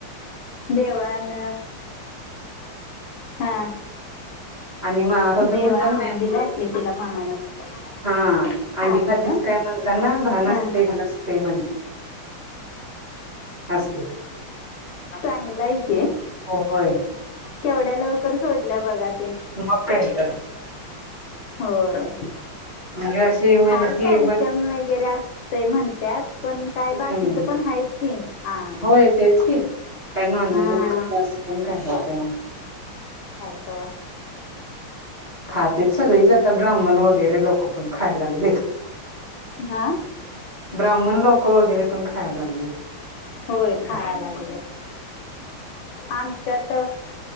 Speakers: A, on the left; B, on the right.
A: देवाण हा
B: आणि मग कोणतर
A: देवान
B: म्हटलं का
A: बुद्धी
B: नाही मला
A: घातली तिला मनानच
B: हा
A: खा
B: अंडी
A: म्हणून
B: खातीस काय म्हणतातना घाण
A: हा.
B: असते घाण असते म्हणते असले
A: ज्ञज्ञ
B: हो होय
A: केवढ्या लवकर सोडल्या बघात
B: मंग कायं तर
A: होय
B: वेळ अशी म्हण
A: हाय
B: ती
A: कॅल्शियंम वगैरे असतंय म्हणतात पणं कायं
B: हम्म
A: बाकीचं पणं हांयच की हा
B: होय तेच की काय नॉन
A: हा
B: व्हेजच खलं असं पण काय ते
A: अवा
B: खातेच सगळी जात ब्राह्मण वगैरे लोक पण खायलागले
A: हा
B: ब्राह्मण लोक वगैरे पण खायला लागलेत
A: होय खाला गेले आम त्याच्यात